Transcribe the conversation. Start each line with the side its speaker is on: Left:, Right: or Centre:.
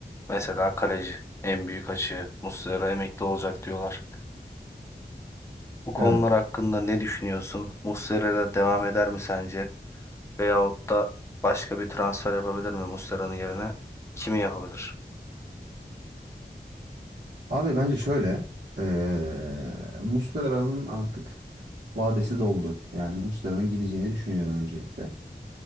Left: Mesela kaleci, en büyük açığı Muslera emekli olacak diyorlar. Bu konular
Right: Evet.
Left: hakkında ne düşünüyorsun? Muslera'yla devam eder mi sence? Veyahut da başka bir transfer yapabilir mi Muslera'nın yerine? Kimi yapabilir?
Right: Abi bence şöyle. eee Muslera'nın artık vadesi doldu. Yani Muslera'nın gideceğini düşünüyorum öncelikle.